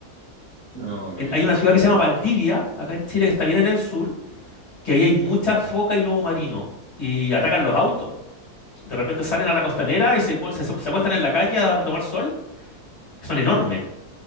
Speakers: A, on the right; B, on the left.
A: No, ok,
B: En- hay una
A: ok.
B: ciudad que se llama Valdivia, acá en Chile, que está bien en el sur, que ahí hay mucha foca y lobo marino, y atacan los autos. De repente salen a la costanera y se, pon- se, se acuestan en la calle a, a tomar sol, que son enormes.